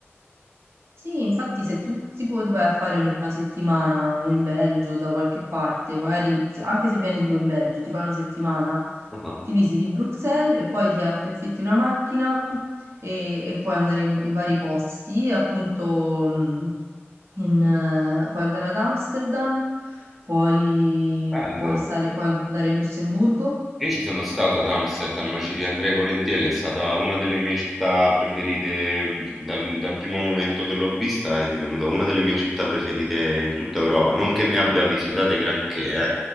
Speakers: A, on the right (about 65°); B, in the centre.
A: Sì, infatti se tu tipo ti puoi tipo, vai a fare una settimana o in Belgio da qualche parte, magari se- anche se vieni tipo in Belgio, ti fai una settimana,
B: Ah,
A: ti visiti Bruxelles e poi ti, a- ti affitti una macchina e, e puoi andare in, in vari posti, appunto mh, in, eh, puoi andare ad Amsterdam, puoi,
B: Bello.
A: puoi stare, puoi andare in Lussemburgo.
B: Io ci sono stato ad Amsterdam, ma ci riandrei volentieri, è stata una delle mie città preferite mh, dal, dal primo momento che l'ho vista, è divenuta una delle mie città preferite in tutta Europa, non che ne abbia visitate granché, eh.